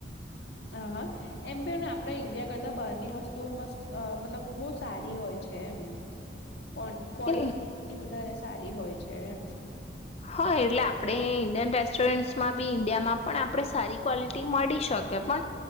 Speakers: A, on the left (about 65°); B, on the left (about 35°).
A: હ હા એમ પણ આપણા ઈન્ડિયા કરતા બહારની વસ્તુઓ મસ્ત મતલબ બહુ સારી હોય છે એમ. કોન કવોલિટી
B: એટલે
A: વધારે સારી હોય છે એમ.
B: હા એટલે આપણે ઇન્ડિયન રેસ્ટોરન્ટ્સમાં બી ઇન્ડિયામાં પણ આપણે સારી ક્વોલિટી મળી શકે પણ